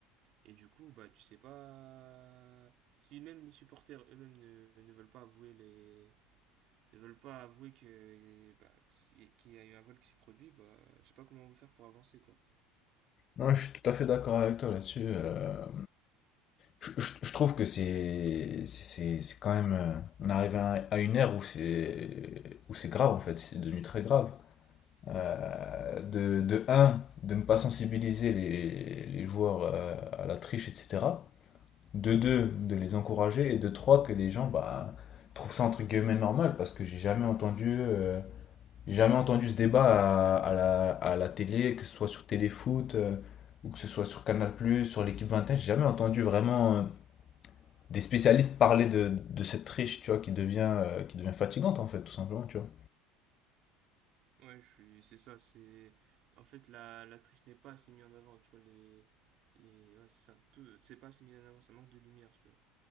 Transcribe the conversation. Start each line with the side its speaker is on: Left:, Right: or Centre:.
Right: Et du coup, bah, tu sais pas, si même les supporters eux-mêmes ne, ne veulent pas avouer les, ne veulent pas avouer que, bah, que si- qu'il y a eu un vol qui s'est produit, bah, je sais pas comment on va faire pour avancer quoi.
Left: Non, je suis tout à fait d'accord avec toi là-dessus. euh, je, je- je trouve que c'est c'est c'est- c'est quand même. euh, on arrive à, à une ère où c'est où c'est grave en fait, c'est devenu très grave. Euh, de, de un, de ne pas sensibiliser les, les joueurs euh, à la triche, etc. De deux, de les encourager et de trois, que les gens bah, trouvent ça entre guillemets normal parce que j'ai jamais entendu, euh, j'ai jamais entendu ce débat à, à la, à la télé, que ce soit sur Téléfoot euh, ou que ce soit sur Canal+, sur l'équipe 21, j'ai jamais entendu vraiment euh, des spécialistes parler de, de cette triche, tu vois, qui devient, euh, qui devient fatigante en fait, tout simplement, tu vois.
Right: Ouais, je suis, c'est ça, c'est en fait la, la triche n'est pas assez mise en avant, tu vois les les ouais, c'est ça, tout c'est pas assez mis en avant, ça manque de lumière, tu vois.